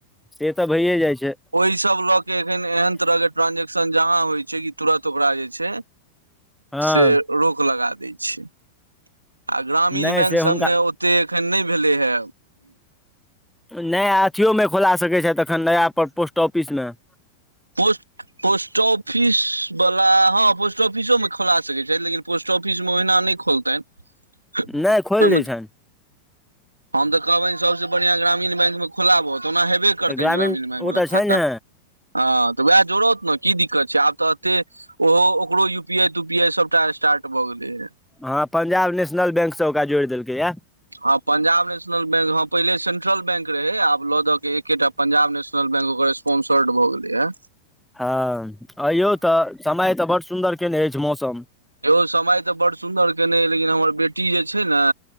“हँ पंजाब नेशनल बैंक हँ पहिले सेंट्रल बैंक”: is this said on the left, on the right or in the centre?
Right